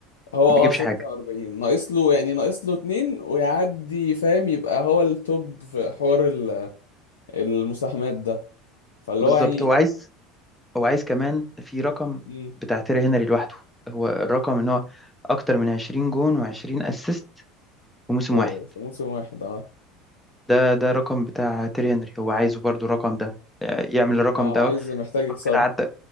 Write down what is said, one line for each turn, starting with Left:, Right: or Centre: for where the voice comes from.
Left: هو اه
Centre: ما بيجيبش
Left: 46
Centre: حاجه
Left: ناقص له يعني ناقص له اتنين ويعدي فاهم يبقى هو التوب في حوار ال- المساهمات ده فاللي
Centre: بالظبط
Left: هو يعني
Centre: هو عايز هو عايز كمان في رقم
Left: مم،
Centre: بتاع تيري هنري لوحده هو الرقم ان هو اكتر من 20 جون و20 اسيست في موسم
Left: في
Centre: واحد
Left: في موسم واحد اه
Centre: ده ده رقم بتاع تيري هنري هو عايزه برضو الرقم ده آه، يعمل الرقم
Left: اه
Centre: ده
Left: عايز محتاج
Centre: يبقى
Left: يكسره
Centre: كده عدى